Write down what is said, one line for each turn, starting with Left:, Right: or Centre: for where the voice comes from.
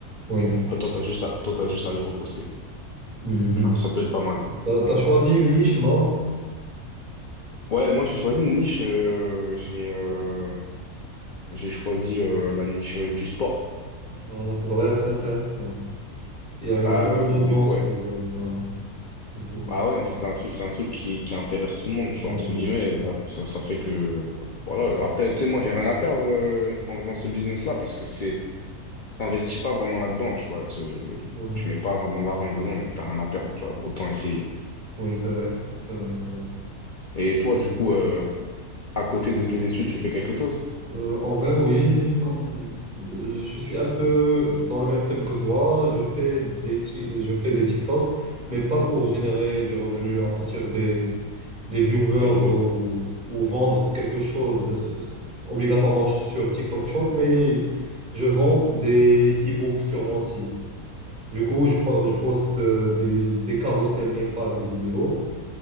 Right: oui.
Left: Et après, toi, t'as juste à, toi, t'as juste à les reposter.
Right: Mhm.
Left: Ouais, Ça peut être pas mal.
Right: T'as, t'as choisi une niche, non?
Left: Ouais, moi, j'ai choisi une niche. euh, j'ai, euh, J'ai choisi euh, la niche euh, du sport.
Right: Euh, ça devrait être intéressant. Il y a une
Left: Ah
Right: grande
Left: euh,
Right: audience
Left: ouais.
Right: pour euh, ça, du coup.
Left: Bah ouais, en fait, c'est un truc, c'est un truc qui, qui intéresse tout le monde, tu
Right: demander.
Left: vois, entre guillemets. Et ça, ça, ça fait que, voilà. Après, tu sais, moi, j'ai rien à perdre euh, en faisant ce business-là parce que c'est, t'investis pas vraiment là-dedans, tu vois. Tu,
Right: Ouais.
Left: tu mets pas vraiment d'argent dedans, donc t'as rien à perdre, tu vois. Autant essayer.
Right: Oui, c'est vrai, c'est vrai, c'est vrai.
Left: Et toi, du coup, euh, à côté de tes études, tu fais quelque chose,
Right: Euh, en vrai, oui, comme je suis un peu dans le même thème que toi, je fais des, ti- je fais des TikTok, mais pas pour générer du revenu à partir des, des viewers
Left: des vidéos.
Right: ou, ou vendre quelque chose euh, obligatoirement sur TikTok Shop, mais je vends des e-books sur mon site. Du coup, je, po- je poste euh, des, des carousels, mais pas des vidéos.